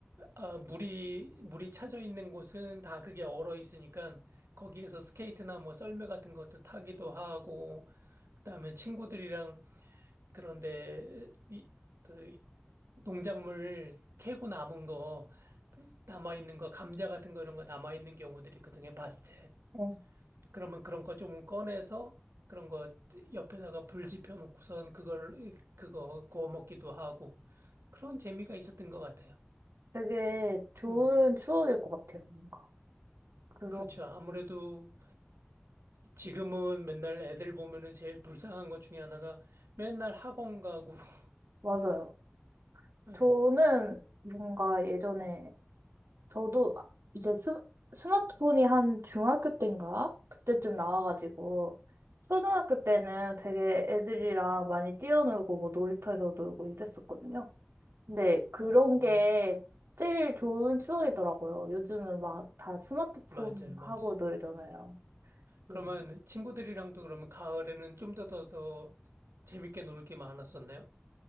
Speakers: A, on the right; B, on the right.
A: 아, 물이 물이 차져 있는 곳은 다 그게 얼어 있으니까 거기에서 스케이트나 뭐 썰매 같은 것도 타기도 하고 그다음에 친구들이랑 그런데 이, 그 농작물 캐고 남은 거 남아 있는 거 감자 같은 거 이런 거 남아 있는 경우들이 있거든요. 밭에.
B: 네.
A: 그러면 그런 거 조금 꺼내서 그런 거 옆에다가 불 지펴 놓고선 그걸 그거 구워 먹기도 하고 그런 재미가 있었던 것 같아요.
B: 되게 좋은
A: 음,
B: 추억일 것 같아요, 뭔가. 그런,
A: 그렇죠. 아무래도 지금은 맨날 애들 보면은 제일 불쌍한 것 중에 하나가 맨날 학원 가고. <laughs>
B: 맞아요.
A: 예.
B: 저는 뭔가 예전에 저도 아- 이제 스, 스마트폰이 한 중학교 때인가? 그때쯤 나와가지고 초등학교 때는 되게 애들이랑 많이 뛰어놀고 뭐 놀이터에서 놀고 이랬었거든요. 근데 그런
A: 어,
B: 게 제일 좋은 추억이더라고요. 요즘은 막 다 스마트폰
A: 맞아요, 맞아요.
B: 하고 놀잖아요.
A: 그러면
B: 음.
A: 친구들이랑도 그러면 가을에는 좀 더 더 더 재밌게 놀게 많았었나요?